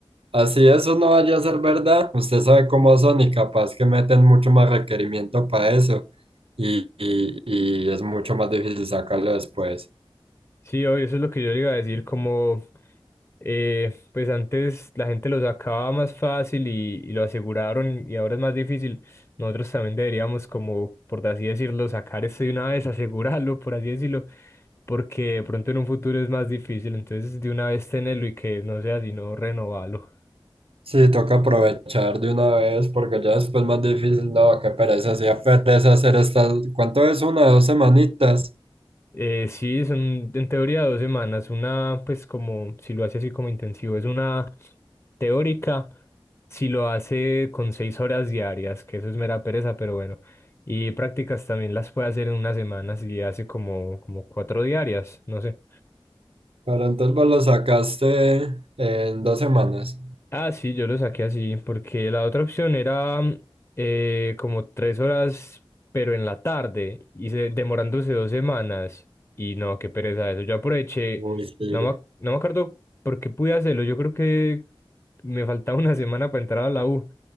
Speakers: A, on the right; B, on the left.
A: Así eso no vaya a ser verdad. Usted sabe cómo son y capaz que meten mucho más requerimiento para eso y, y, y es mucho más difícil sacarlo después.
B: Sí, obvio, eso es lo que yo le iba a decir, como eh, pues antes la gente lo sacaba más fácil y, y lo aseguraron y ahora es más difícil. Nosotros también deberíamos como, por así decirlo, sacar esto de una vez, <laughs> asegurarlo, por así decirlo, porque de pronto en un futuro es más difícil, entonces de una vez tenerlo y que no sea sino renovarlo.
A: Sí, toca aprovechar de una vez porque ya después más difícil. No, qué pereza, hacía pereza hacer estas. ¿Cuánto es una? Dos semanitas.
B: Eh, sí, son en teoría dos semanas. Una, pues como si lo hace así como intensivo, es una teórica. Si lo hace con seis horas diarias, que eso es mera pereza, pero bueno. Y prácticas también las puede hacer en una semana si hace como, como cuatro diarias, no sé.
A: Pero entonces vos lo sacaste en dos semanas.
B: Ah, sí, yo lo saqué así, porque la otra opción era mm, eh, como tres horas, pero en la tarde, y se- demorándose dos semanas. Y no, qué pereza eso. Yo aproveché,
A: Uy, sí.
B: no me, ac- no me acuerdo por qué pude hacerlo. Yo creo que me faltaba una semana para entrar a la U.